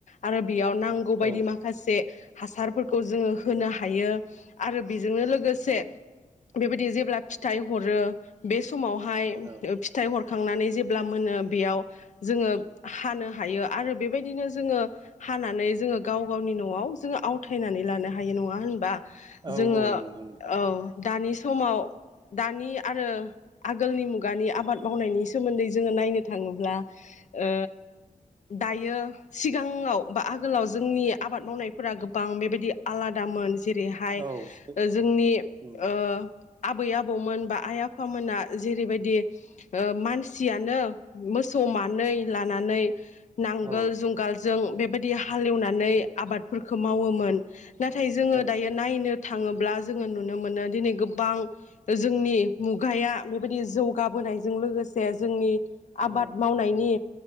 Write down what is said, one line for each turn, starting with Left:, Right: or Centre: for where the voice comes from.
Left: आरो। बियाव नांगौ बायदि
Right: औ
Left: माखासे हासारफोरखौ जोङो होनो हायो। आरो बे जोंनो लोगोसे
Right: औ
Left: बेबायदि जेब्ला फिथाइ हरो बे समाव हाय
Right: औ
Left: ओ फिथाइ हर खांनानै जेब्ला मोनो बेयाव जोङो हानो हायो आरो बेबायदिनो जोङो हानानै जोङो गाव गावनि न'आव जोङो आवथायनानै लानो हायो नङा होनबा
Right: औ
Left: जोङो
Right: औ नंगौ नोंथां
Left: औ दानि समाव दानि आरो आगोलनि मुगानि आबाद मावनायनि सोमोन्दै जोङो नायनो थाङोब्ला ओ दायो सिगाङाव बा आगोलाव जोंनि आबाद मावनायफोरा गोबां बेबायदि आलादामोन जेरैहाय
Right: औ सो
Left: ओ जोंनि
Right: उम
Left: ओ आबै आबौमोन बा आइ आफामोना जेरैबायदि ओ मानसियानो मोसौ मानै लानानै नांगोल
Right: औ
Left: जुंगाल जों बेबायदि हालेवनानै आबादफोरखौ मावोमोन नाथाय जोङो
Right: औ
Left: दायो नायनो थाङोब्ला जोङो नुनो मोनो दिनै गोबां जोंनि मुगाया बेबायदि जौगाबोनायजों लोगोसे जोंनि आबाद
Right: औ
Left: मावनायनि